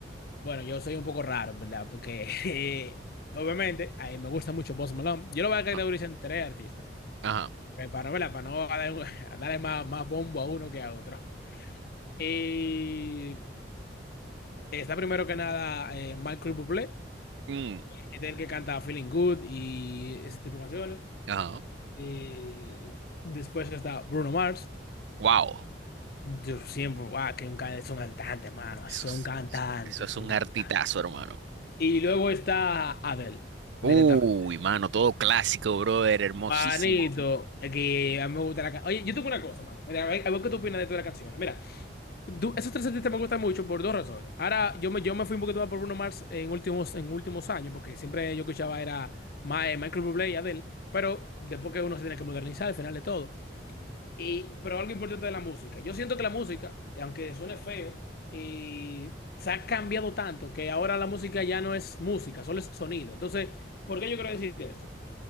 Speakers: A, on the left; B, on the right.
A: Bueno, yo soy un poco raro, en ¿verdad? Porque <laughs> eh, obviamente a mí me gusta mucho Post Malone. Yo lo voy a categorizar
B: Ah,
A: en tres artistas.
B: Ajá.
A: Eh, Para no, ¿verdad? Para no dar- <laughs> a darle más, más bombo a uno que a otro. Y está primero que nada eh, Michael Bublé,
B: Mm,
A: que es el que canta Feeling Good y ese tipo de canciones.
B: ajá.
A: Eh, después está Bruno Mars.
B: Wow.
A: Yo siempre, guau, que un cantante, son cantantes, mano,
B: Eso
A: son
B: es,
A: cantantes,
B: eso eso es
A: son
B: un
A: cantantes.
B: artitazo, hermano.
A: Y luego está Adele,
B: Uy,
A: directamente.
B: mano, todo clásico, brother, hermosísimo.
A: Manito, es que a mí me gusta la canción. Oye, yo tengo una cosa, mano. Mira, a ver, a ver qué tú opinas de todas las canciones. Mira, tú- esos tres artistas me gustan mucho por dos razones. Ahora, yo me, yo me fui un poquito más por Bruno Mars en últimos, en últimos años, porque siempre yo escuchaba era Ma- eh, Michael Bublé y Adele, pero después que uno se tiene que modernizar al final de todo. Y, pero algo importante de la música. Yo siento que la música, aunque suene feo, y se ha cambiado tanto que ahora la música ya no es música, solo es sonido. Entonces, ¿por qué yo quiero decir esto?